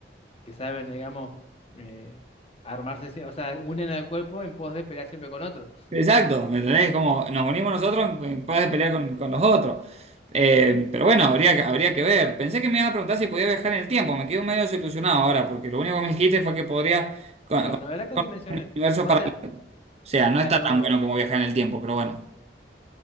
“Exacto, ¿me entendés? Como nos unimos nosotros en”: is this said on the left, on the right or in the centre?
Right